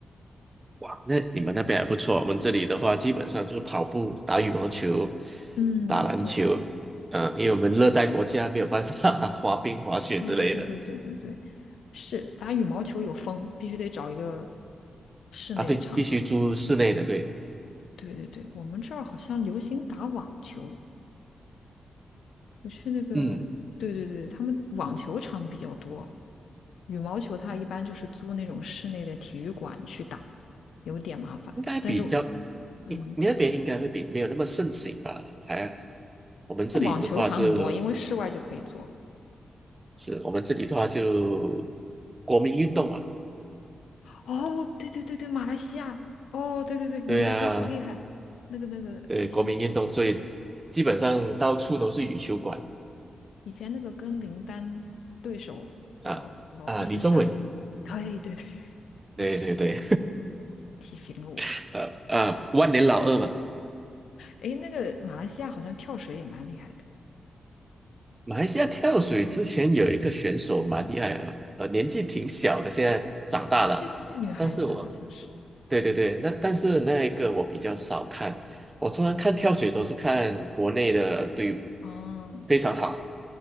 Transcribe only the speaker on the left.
嗯，
对。
对对对对对对对，是打羽毛球有风，必须得找一个室内的场地。
对对对，我们这儿好像流行打网球，我去那个，
对对对，他们网球场比较多，羽毛球它一般就是租那种室内的体育馆去打，有点麻烦。
但是，嗯，
那网球场很多，因为室外就可以做。
哦，对对对对，马来西亚，哦，对对对，羽毛球好厉害，
那个那个以前那个。
以前那个跟林丹对手老老不分上下，
对对
对，是提醒了我。
诶，那个马来西亚好像跳水也蛮厉害的
啊，对对对，女孩子好像是。
哦，